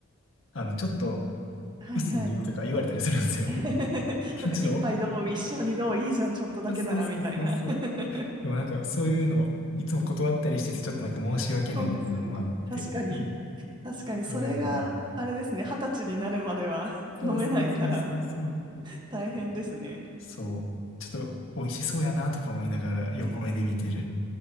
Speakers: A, on the left; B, on the right.
A: あの、ちょっと
B: はいはい。
A: 薄いよとか言われたりするんですよ。
B: <laughs>
A: <laughs> ちょっと、
B: そっか、一杯どう、一緒にどう、いいじゃん、ちょっとだけなら、
A: そうそうそうそう。
B: みたいな。<laughs>
A: でもなんか、そういうのをいつも断ったりしてて、ちょっとなんか申し訳ないみたいなのもあって、
B: そうですよね。確かに。
A: うん、
B: 確かにそれがあれですね、
A: そういうのに。
B: 二十歳になるまでは <laughs>
A: そうそうそうそうそう。
B: 飲めないから大変ですね。
A: そう。ちょっと、美味しそうやなとか思いながら横目で見てる。
B: え